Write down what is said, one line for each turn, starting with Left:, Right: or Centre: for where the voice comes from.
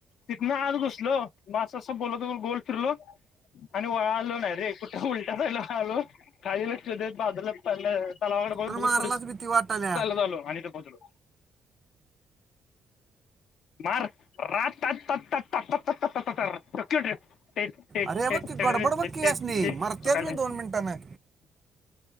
Left: तिथनं आज घुसलो. मा असं - असं बोलतोल गोल फिरलो. आणि वाळालो नाही रे. कुठे उलटा झायला आलो. खाली लक्ष देत बाजूला पलं तलावाकडे बघत
Right: तर
Left: -
Right: मारायलाच
Left: बघत पुढ चालत
Right: भीती वाटाल्या
Left: आलो. आणि इथं पोहोचलो. <unintelligible> ते ते
Right: अरे बघ की गडबड बघ की असणे
Left: <unintelligible>
Right: मरत्याच मी दोन मिनिटानं